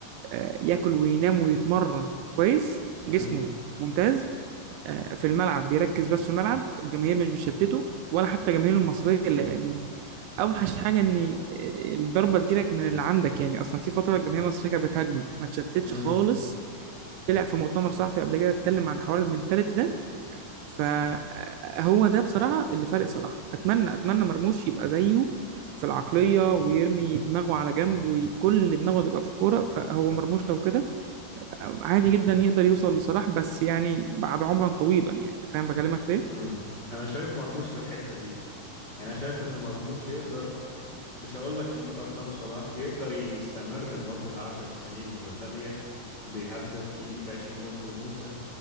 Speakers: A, on the right; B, on the left.
A: آه، ياكل وينام ويتمرن كويس جسمه
B: امم
A: ممتاز آه، في الملعب بيركز بس في الملعب الجماهير مش بتشتته ولا حتى الجماهير المصرية لأن أوحش حاجة إن الضربة تجيلك من اللي عندك يعني أصلا في فترة الجماهير المصرية كانت بتهاجمه ما تشتتش
B: امم
A: خالص طلع في مؤتمر صحفي قبل كده اتكلم عن حوار المنتاليتي ده فهو ده بصراحة اللي فارق صلاح أتمنى أتمنى مرموش يبقى زيه في العقلية ويرمي دماغه على جنب وكل دماغه تبقى في الكورة فهو مرموش لو كده عادي جدا يقدر يوصل لصلاح بس يعني بعد عمرا طويلا يعني فاهم بكلمك في ايه؟
B: امم انا شايف مرموش في الحتة دي يعني انا شايف ان مرموش يقدر مش هقول لك يجيب أرقام صلاح يقدر يستمر لمدة عشر سنين متتالية بيهدف يجيب عشرين جون في الموسم